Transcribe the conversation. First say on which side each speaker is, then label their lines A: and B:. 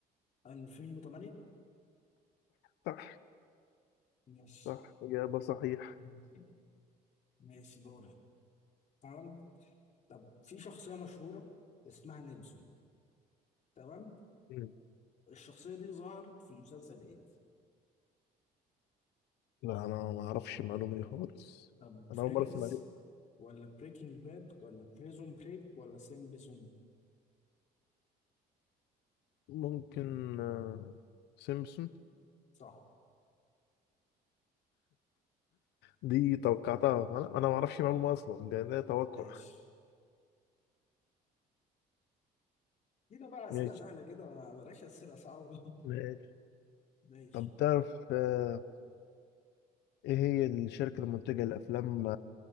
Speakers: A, on the left (about 45°); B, on the left (about 85°).
A: 2008
B: صح
A: ماشي
B: صح اجابة صحيح
A: <laughs> ماشي دورة تمام طب في شخصية مشهورة اسمها نيلسون تمام
B: مم.
A: الشخصية دي ظهرت في مسلسل ايه
B: لا انا ما اعرفش المعلومة دي خالص
A: طب
B: انا
A: فريندز
B: اول مرة اسمع
A: ولا بريكنج باد ولا بريزون بريك ولا سيمبسون
B: ممكن آه، سيمبسون
A: صح
B: دي توقعتها انا انا ما اعرفش معلومه اصلا ده ده توقع
A: ماشي هنا بقى أسئلة
B: ماشي
A: سهلة كده ما- بلاش أسئلة صعبة <laughs>
B: ماشي
A: ماشي
B: طب تعرف آه، ايه هي الشركه المنتجه لافلام